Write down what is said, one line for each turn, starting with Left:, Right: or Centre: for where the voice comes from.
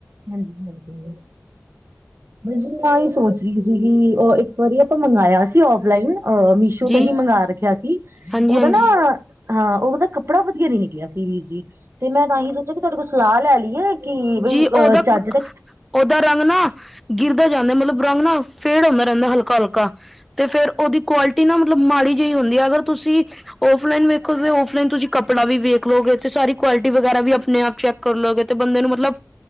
Right: ਹਾਂਜੀ- ਹਾਂਜੀ।
Centre: ਹ <inaudible> <inaudible>
Right: ਬਸ ਜੀ ਮੈਂ ਇਹ ਸੋਚ ਰਹੀ ਸੀਗੀ, ਉਹ ਇੱਕ ਵਾਰੀ ਆਪਾਂ ਮੰਗਵਾਇਆ ਸੀ ਔਫਲਾਈਨ ਆਹ ਮੀਸ਼ ਸ਼ੋ ਤੋਂ
Centre: ਜੀ
Right: ਹੀ ਮੰਗਵਾ ਰੱਖਿਆ ਸੀ,
Centre: ਹਾਂਜੀ
Right: ਉਹਦਾ
Centre: ਹਾਂਜੀ
Right: ਨਾ ਹਾਂ ਉਹਦਾ ਕੱਪੜਾ ਵਧੀਆਂ ਨੀ ਨਿਕਲ਼ਿਆ ਸੀ ਵੀਰ ਜੀ। ਤੇ ਮੈਂ ਤਾਂਹੀ ਸੋਚਿਆ ਕਿ ਤੁਹਾਡੇ ਕੋਲ ਸਲਾਹ ਲੈ ਲਈ ਐ, ਕਿ
Centre: ਜੀ
Right: ਬਈ
Centre: ਉਹਦਾ,
Right: ਅ ਚੱਜ ਦਾ
Centre: ਉਹਦਾ ਰੰਗ ਨਾ ਗਿਰਦਾ ਜਾਂਦਾ, ਮਤਲਬ ਰੰਗ ਨਾ ਫੇਡ ਹੁੰਦਾ ਰਹਿੰਦਾ ਹਲਕਾ- ਹਲਕਾ, ਤੇ ਫ਼ੇਰ ਉਹਦੀ ਕੁਆਲਿਟੀ ਨਾ ਮਤਲਬ ਮਾੜੀ ਜਿਹੀ ਹੁੰਦੀ ਐ, ਅਗਰ ਤੁਸੀਂ ਓਫਲਾਈਨ ਵੇਖੋ ਓਫਲਾਈਨ ਤੁਸੀਂ ਕੱਪੜਾ ਵੀ ਵੇਖ ਲੋਗੇ, ਤੇ ਸਾਰੀ ਕੁਆਲਿਟੀ ਵਗੈਰਾ ਵੀ ਆਪਣੇ ਆਪ ਚੈੱਕ ਕਰ ਲਓਗੇ, ਤੇ ਬੰਦੇ ਨੂੰ ਮਤਲਬ